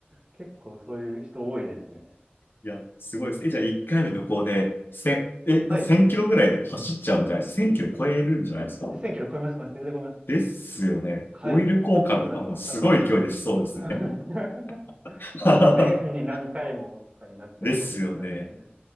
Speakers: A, on the right; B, on the left.
A: 結構そういう人多いですね。
B: いや、すごいです。え、じゃあ1回の旅行で、せ、え、な1000キロぐらい走っちゃうんじゃないですか
A: はい。
B: ?1000 キロ超えるんじゃないですか
A: 1000キロ超えますか全然超えます。
B: ですよね。
A: はい。
B: オイル交換とかもすごい勢いでしそうですね。
A: 1000だと多分、<laughs>
B: <laughs>
A: そうですね。年に何回もとかになっちゃうかもしれないですね。
B: ですよね。